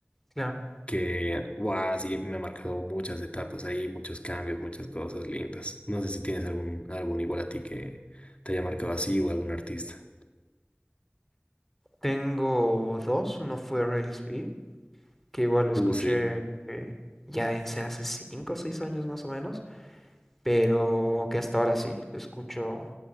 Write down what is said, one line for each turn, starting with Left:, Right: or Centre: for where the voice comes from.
Centre: Claro,
Left: que, wow, sí, me ha marcado muchas etapas ahí, muchos cambios, muchas cosas lindas. No sé si tienes algún álbum igual a ti que te haya marcado así o algún artista.
Centre: tengo dos, uno fue Rails B, que igual lo escuché
Left: Uh, sí.
Centre: eh, ya en hace cinco o seis años más o menos pero que hasta ahora sí, lo escucho,